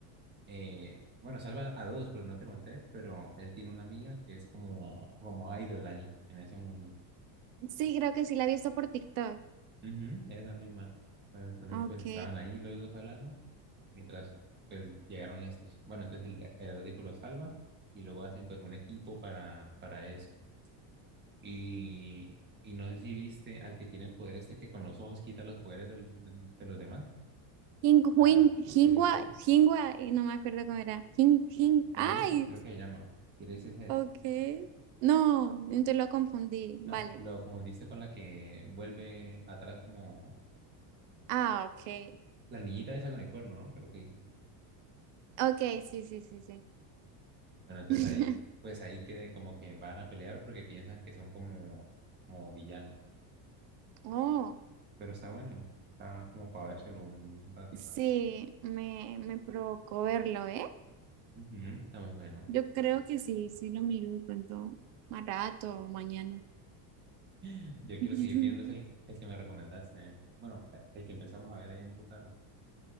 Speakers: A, on the right; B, on the right.
A: Eh, bueno, salva a dos, porque no te conté, pero él tiene una amiga que es como, como idol ahí en ese mundo.
B: Sí, creo que sí la he visto por TikTok.
A: Ujú, esa misma. Bueno, entonces
B: Ok.
A: pues estaban ahí los dos hablando mientras pues llegaron estos. Bueno, entonces el Heródico lo salva y luego hacen pues un equipo para, para eso. Y, y no sé si viste al que tiene el poder este que con los ojos quita los poderes del- de, de los demás.
B: hing Huin-
A: Ah,
B: hingua
A: Eraser.
B: hingua y no me acuerdo cómo era. hing hing
A: Eraser,
B: ay,
A: creo que se llama. Eraser
B: ok. No, entonces lo confundí. Vale.
A: No, lo confundiste con la que vuelve atrás como
B: Ah, ok.
A: la niñita esa con el cuerno, ¿no? Creo que dijiste.
B: Ok, sí, sí, sí, sí.
A: Bueno, entonces
B: <laughs>
A: ahí, pues ahí quede como que van a pelear porque piensan que son como, como villanos.
B: Oh,
A: Pero está bueno. Está como para vérselo un un ratito
B: sí,
A: ahí.
B: me, me provocó verlo, ¿eh?
A: Ujú, está muy bueno.
B: Yo creo que sí, sí lo miro de pronto más rato o mañana.
A: <gasps> Yo quiero
B: <laughs>
A: seguir viendo es el, el que me recomendaste. Bueno, eh, el que empezamos a ver ahí en tu casa.